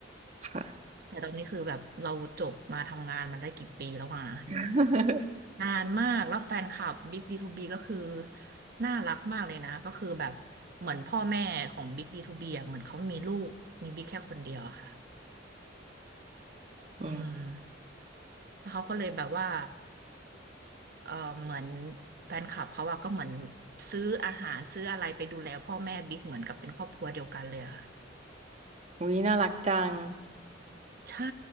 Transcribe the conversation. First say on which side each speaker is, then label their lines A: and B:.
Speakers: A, on the right; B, on the right.
A: ค่ะ
B: แต่ตอนนี้คือแบบเราจบมาทำงานมันได้กี่ปีแล้วอะ
A: <laughs>
B: นานมากแล้วแฟนคลับ Big ดีทูบีก็คือน่ารักมากเลยนะก็คือแบบเหมือนพ่อแม่ของ Big D2B อ่ะเหมือนเขามีลูกมี Big แค่คนเดียวอะค่ะ
A: อืม
B: อืมแล้วเขาก็เลยแบบว่าเออเหมือนแฟนคลับเขาอะก็เหมือนซื้ออาหารซื้ออะไรไปดูแลพ่อแม่บิ๊กเหมือนกับเป็นครอบครัวเดียวกันเลยอะค่ะ
A: อุ้ย น่ารักจัง
B: ใช่